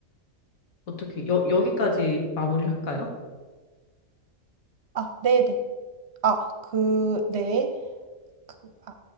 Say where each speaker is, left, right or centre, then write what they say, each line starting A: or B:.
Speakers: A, on the left (about 85°); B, on the right (about 60°).
A: 어떻게 여, 여기까지 마무리를 할까요?
B: 아, 네네. 아, 그, 네. 그, 아,